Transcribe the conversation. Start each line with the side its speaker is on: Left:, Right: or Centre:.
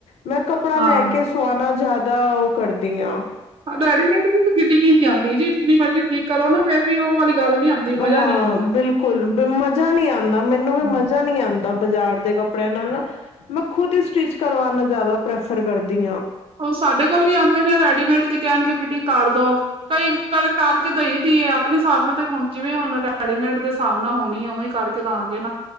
Left: ਮੈਂ ਕੱਪੜਾ
Right: ਹਾਂ
Left: ਲੈ ਕੇ, ਸੁਆਣਾ ਜ਼ਾਦਾ ਓਹ ਕਰਦੀ ਆਂ।
Right: ਹਾਂ, ਰੈਡੀਮੇਡ ਦੀ ਤੇ ਫਿਟਿੰਗ ਹੀ ਨੀ ਆਂਦੀ, ਜੀ ਜਿੰਨੀ ਮਰਜ਼ੀ ਠੀਕ ਕਰੋ, ਫ਼ਿਰ ਵੀ ਉਹ ਵਾਲੀ ਗੱਲ ਨਹੀਂ ਆਂਦੀ, ਮਜਾ
Left: ਹਾਂ
Right: ਨੀ ਆਂ
Left: ਬਿਲਕੁਲ ਮਜ਼ਾ ਨੀ ਆਂਦਾ, ਮੈਨੂੰ ਵੀ
Right: ਹਾਂ
Left: ਮਜ਼ਾ ਨੀ ਆਂ ਬਾਜ਼ਾਰ ਦੇ ਕੱਪੜਿਆਂ ਨਾਲ ਨਾ, ਮੈਂ ਖੁਦ ਹੀ ਸਟਿਚ ਕਰਵਾਣਾ ਜ਼ਿਆਦਾ ਪ੍ਰੈਫਰ ਕਰਦੀ ਆਂ।
Right: ਹੁਣ ਸਾਡੇ ਕੋਲ ਵੀ ਆਂਦੇ ਨੇ, ਰੈਡੀਮੇਡ ਦੀ ਕਹਿਣਗੇ ਫਿਟਿੰਗ ਕਰ ਦੋ। ਕਈ ਕਰ ਕਰਕੇ ਦਈ ਦੀ ਏ ਆਪਣੇ ਹਿਸਾਬ ਨਾਲ, ਤੇ ਹੁਣ ਜਿਵੇਂ ਹੁਣ ਰੈਡੀਮੇਡ ਦੇ ਹਿਸਾਬ ਨਾਲ ਹੋਣੀ ਏ ਉਵੇਂ ਕਰਕੇ। ਤਾਂ ਆਗੇ ਨਾ,